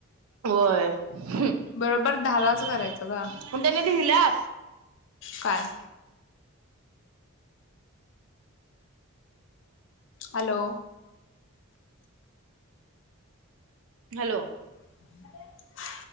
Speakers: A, on the right; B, on the left.
A: होय हुं
B: बरोबर
A: <inaudible>
B: दहालाच करायचं ग
A: पण त्यांनी लिहल्यात
B: काय? <inaudible> हॅलो
A: <inaudible> हॅलो
B: <inaudible>